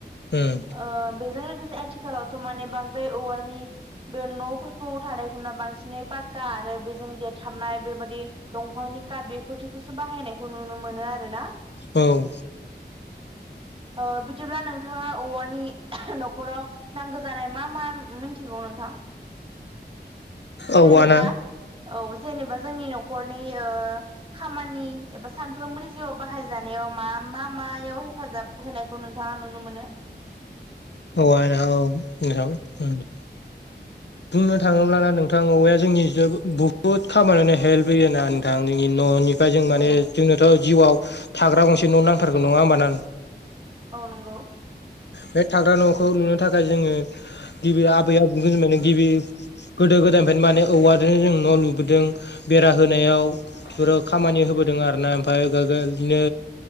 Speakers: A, on the left; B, on the right.
A: उम
B: ओ बेजों लोगोसे आथिखालावथ' माने बांद्राय औवानि बे न'फोरखौ थानाय खौ नुना बांसिनै पाक्का आरो बेजों देरथाबनाय बेबादि दंफांनि काट बेफोरखौसो बाहायनायखौ नुनो मोनो आरो ना।
A: औ
B: ओ बिदिब्ला नोंथाङा औवानि न'खराव नांगौ जानाय मा मा मिथिगौ नोंथां?
A: औवाना
B: जेनेबा औ जेनेबा जोंनि न'खरनि खामानि एबा सानफ्रोमबोनि जिउआव बाहायजानायाव मा मा मायाव हेफाजाब होनायखौ नोंथाङा नुनो मोनो?
A: <unintelligible> बुंनो थाङोब्लाना नोंथां औवाया जोंनि बुहुद खामानियावनो हेल्प होयोना नोंथां जोंनि न'नि ओमफ्राय जों माने
B: औ
A: जोंनोथ' जिउआव थाग्रा गंसे न' नांथारगौ नङा होमबाना
B: औ नंगौ
A: बे थाग्रा न'खौ लुनो थाखाय जोङो गिबि आबै आबौमोन जों नो गिबि गोदो गोदायनिफ्रायनो माने औवाजों जों न' लुबोदों बेरा होनायाव
B: औ
A: बे खामानि होबोदों आरोना ओमफ्राय बिदिनो